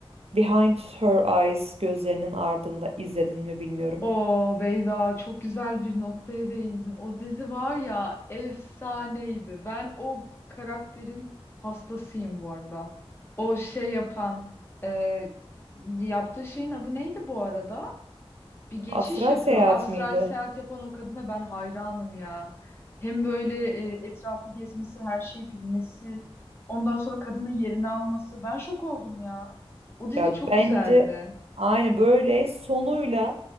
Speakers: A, on the right; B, on the left.
A: Behind Her Eyes gözlerinin ardında izledin mi bilmiyorum.
B: Oo Beyda çok güzel bir noktaya değindin. O dizi var ya efsaneydi. Ben o karakterin hastasıyım bu arada. O şey yapan e, yaptığı şeyin adı neydi bu arada? bir geçiş
A: Astral
B: yapıyor.
A: Seyahat
B: Astral
A: miydi?
B: seyahat yapan o kadına ben hayranım ya. Hem böyle e, etrafı gezmesi, her şeyi bilmesi, ondan sonra kadının yerini alması. Ben şok oldum ya. O dizi
A: Ya
B: çok
A: bence
B: güzeldi.
A: aynı böyle sonuyla